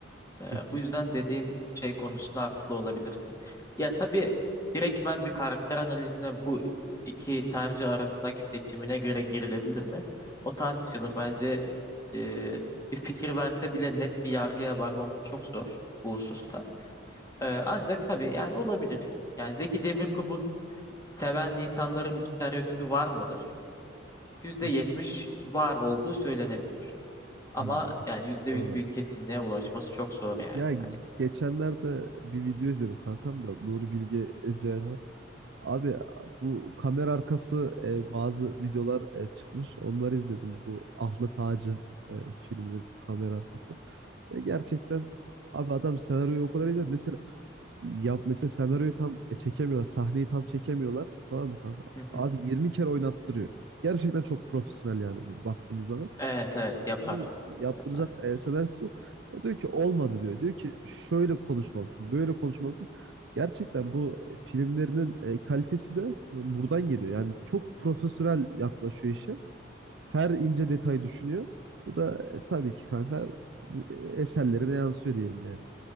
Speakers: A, on the left; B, on the right.
A: Ee,
B: kesinlikle.
A: bu yüzden dediğin şey konusunda haklı olabilirsin. Ya tabii direkt ben bir karakter analizine bu iki tercih arasındaki seçimine göre girilebilir mi? O tartışılır. Bence e, bir fikir verse bile net bir yargıya varmamız çok zor bu hususta. Ee, ancak tabii yani olabilir. Yani Zeki Demirkubuz seven insanların bir stereotipi var mıdır? %70
B: Hı
A: var olduğu söylenebilir. Ama
B: hı. Hı,
A: yani %100
B: doğru.
A: bir kesinliğe ulaşması çok zor yani.
B: Ya
A: Hani
B: geçenlerde bir video izledim kankam da Nuri Bilge Ceylan. Abi bu kamera arkası e, bazı videolar e, çıkmış. Onları izledim. Bu Ahlat Ağacı e, filminin kamera arkası. Ya gerçekten abi adam senaryoyu o kadar iyi mesela yap mesela senaryoyu tam e, çekemiyorlar. Sahneyi tam çekemiyorlar. Tamam mı kanka?
A: Hı hı.
B: Abi 20 kere oynattırıyor. Gerçekten çok profesyonel yani baktığımız zaman.
A: Evet evet yapar
B: Bu yaptıracak
A: yapar.
B: e, senaryosu yok. Diyor ki olmadı diyor. Diyor ki şöyle konuşmalısın, böyle konuşmalısın. Gerçekten bu e, filmlerinin e, kalitesi de buradan geliyor. Yani çok profesyonel yaklaşıyor işe. Her ince detay düşünüyor. Bu da e, tabii ki kanka e, eserlerine yansıyor diyelim yani.